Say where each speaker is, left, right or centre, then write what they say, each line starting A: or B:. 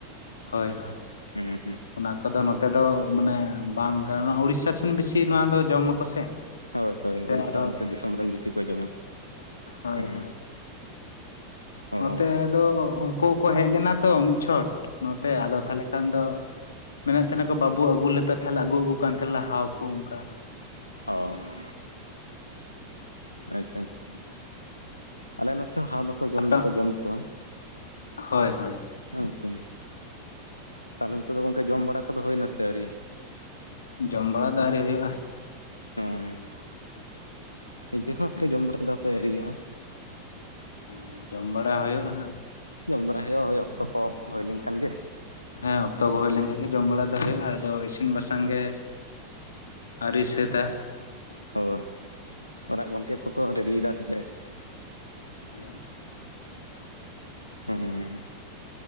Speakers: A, on the left; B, on the left.
A: ᱦᱳᱭ ᱦᱳᱭ
B: ᱦᱩᱸ ᱦᱩᱸ
A: ᱚᱱᱟ ᱠᱚᱫᱚ ᱱᱚᱛᱮ ᱫᱚ ᱢᱟᱱᱮ ᱵᱟᱝ ᱠᱟᱱᱟ ᱩᱲᱤᱥᱥᱟ ᱥᱮᱱ ᱵᱮᱥᱤ ᱱᱚᱣᱟ ᱫᱚ ᱡᱚᱢᱟᱠᱚ ᱥᱮ
B: ᱦᱳᱭ ᱦᱳᱭ
A: ᱥᱮ
B: ᱳᱲᱤᱥᱥᱟ
A: ᱟᱨᱚ
B: ᱚᱱᱛᱮ ᱫᱤᱥᱚᱢ ᱨᱮᱱ ᱵᱤᱥᱤ ᱠᱚ ᱡᱚᱢᱟ
A: ᱦᱳᱭ
B: ᱦᱮᱸ
A: ᱦᱳᱭ
B: ᱚ
A: ᱱᱚᱛᱮ
B: ᱦᱮᱸ
A: ᱫᱚ ᱩᱱᱠᱩ ᱠᱚ ᱦᱮᱡ ᱞᱮᱱᱟ ᱛᱚ ᱢᱤᱫ ᱪᱷᱚᱴ ᱱᱚᱛᱮ ᱟᱫᱚ ᱛᱟᱦᱞᱮ ᱠᱷᱟᱱ ᱫᱚ ᱢᱮᱱᱮᱫ ᱛᱟᱸᱦᱮᱱᱟᱠᱚ ᱵᱟᱹᱵᱩ ᱟᱹᱜᱩ ᱞᱮᱯᱮ ᱛᱟᱦᱚᱞᱮ ᱟᱹᱜᱩᱣᱟᱠᱚ ᱠᱟᱱ ᱛᱟᱸᱦᱮᱱᱞᱮ ᱦᱟᱣ ᱠᱚ ᱚᱱᱠᱟ
B: ᱚ ᱟᱪᱪᱷᱟ ᱟᱪᱪᱷᱟ ᱟᱞᱮ ᱱᱚᱛᱮ ᱦᱟᱣ ᱫᱚ ᱠᱚ ᱡᱚᱢ
A: ᱟᱯᱮ
B: ᱫᱚᱠᱚ ᱡᱚᱢ ᱠᱚᱣᱟ
A: ᱦᱳᱭ ᱦᱳᱭ
B: ᱦᱮᱸ ᱥᱮ ᱛᱟᱦᱚᱞᱮ ᱱᱤᱛᱚᱜ ᱫᱚ ᱜᱚᱝᱠᱮ ᱡᱚᱢ ᱵᱟᱲᱟ ᱠᱚᱫᱚ ᱦᱩᱭᱮᱱᱟ ᱥᱮ ᱟᱹᱣᱨᱤ
A: ᱡᱚᱢ ᱵᱟᱲᱟ ᱫᱚ ᱟᱹᱣᱨᱤ ᱦᱩᱭᱩᱜ-ᱟ
B: ᱝ ᱱᱤᱡᱮ ᱦᱚᱸ ᱦᱟᱯᱮ ᱡᱚᱢ <unintelligible> ᱫᱚᱯᱮ ᱟᱹᱨᱤᱭᱟᱜ-ᱟ
A: ᱦᱮᱸ ᱡᱚᱢ ᱵᱟᱲᱟ ᱦᱳᱭᱳᱜ-ᱟ ᱦᱟᱸᱜ
B: ᱡᱚᱢ ᱵᱟᱲᱟ ᱦᱩᱭᱩᱜ-ᱟ ᱦᱳᱭ ᱚᱠᱛᱚ ᱠᱚ ᱦᱳᱭ ᱞᱮᱱ ᱠᱷᱟᱱ ᱜᱮ
A: ᱦᱮᱸ ᱚᱠᱛᱚ
B: ᱚ
A: ᱠᱚ ᱦᱩᱭ ᱞᱮᱱᱠᱷᱟᱱ ᱜᱮ ᱡᱚᱢ ᱵᱟᱲᱟ ᱫᱚ ᱦᱩᱭᱩᱜ-ᱟ ᱟᱫᱚ ᱤᱥᱤᱱ ᱵᱟᱥᱟᱝ ᱜᱮ ᱟᱹᱨᱤ ᱥᱟᱹᱛᱟ
B: ᱦᱚ ᱚᱲᱟᱜ ᱜᱚᱝᱠᱮ ᱠᱚᱠᱚ ᱨᱮᱰᱤᱭᱮᱫᱟ ᱥᱮ ᱪᱮᱫ
A: ᱦᱮᱸ
B: ᱦᱩᱸ